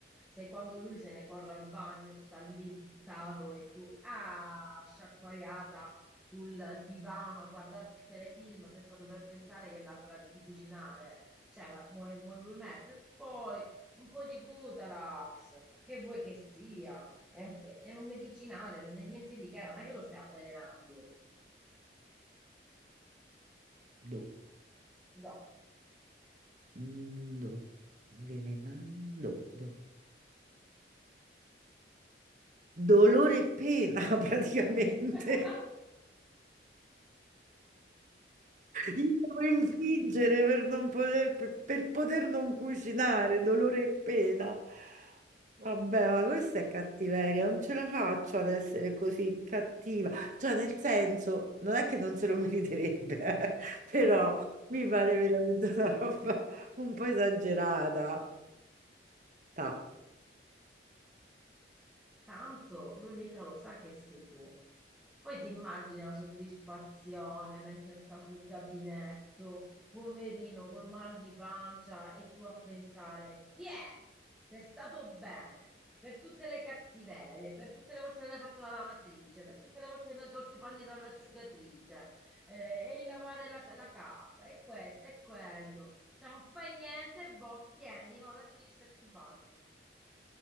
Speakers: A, in the centre; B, on the right (about 40°).
A: Sai quando lui se ne corre al bagno, sta lì buttato e tu, ah, sciacquariata sul divano a guardarti il telefilm senza dover pensare che la sera devi cucinare. Cioè, ma mu- mu- vuoi mettere? E Poi un po' di Gutalax, che vuoi che sia? È un, è un medicinale, non è niente di che, non è che lo stai avvelenando.
B: do,
A: No.
B: mm, do, avvelenando, do. Dolore e pena <laughs> praticamente.
A: <laughs>
B: Io devo infliggere per non poter, per, per poter non cucinare, dolore e pena. Vabbè, ma questa è cattiveria, non ce la faccio ad essere così cattiva. Cioè, nel senso, non è che non se lo meriterebbe, eh, <laughs> però
A: Mm,
B: mi pare veramente una roba un po' esagerata. Ta.
A: Tanto lui mica lo sa che sei tu. Poi ti immagini la soddisfazione mentre sta sul gabinetto, poverino col mal di pancia e tu a pensare, ti è, ti è stato bene per tutte le cattiverie, per tutte le volte che hai fatto la lavatrice, per tutte le volte che ne hai tolto i panni dall'asciugatrice, eh, e il lavare la, la casa, e questo, e quello. Cioè non fai niente, boh, tieni, ora ti devi stare sul bagno.